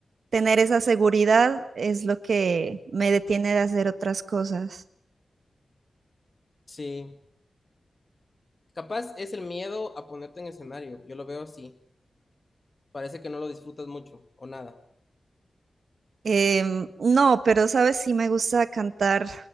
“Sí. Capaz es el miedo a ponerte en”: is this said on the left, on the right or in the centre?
Left